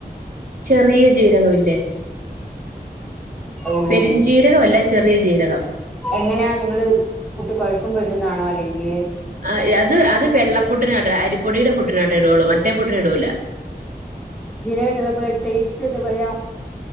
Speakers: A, on the right; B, in the centre.
A: ചെറിയ ജീരകം ഇല്ലേ
B: ഉള്ളിലാണ്
A: പെരുംജീരകം അല്ല ചെറിയ ജീരകം
B: എങ്ങനാ നിങ്ങള് പുട്ട് കൊഴക്കുമ്പിടുന്നാണോ അല്ലെങ്കില്
A: ആ അത് അത് വെള്ളപ്പുട്ടിനാട്ടൊ അരിപ്പൊടിടെ പുട്ടിനാട്ടോ ഇട്ഒള്ളൂ മറ്റേ പുട്ടിന്ടൂല
B: ജീരക്ട്ട്ടാലപ്പൊ ടേസ്റ്റ് എന്താ പറയാ